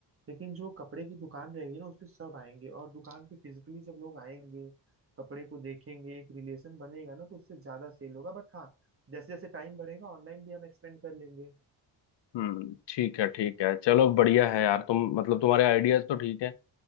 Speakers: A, on the right (about 30°); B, on the left (about 90°).
A: लेकिन जो कपड़े की दुकान रहेगी ना उस पे सब आएंगे और दुकान पे फिजिकली जब लोग आएंगे कपड़े को देखेंगे एक रिलेशन बनेगा ना तो उससे ज्यादा सेल होगा बट हाँ जैसे जैसे टाइम बढ़ेगा ऑनलाइन भी हम एक्सपेंड कर लेंगे
B: हम्म ठीक है ठीक है चलो बढ़िया है यार तुम मतलब तुम्हारे आइडियाज तो ठीक है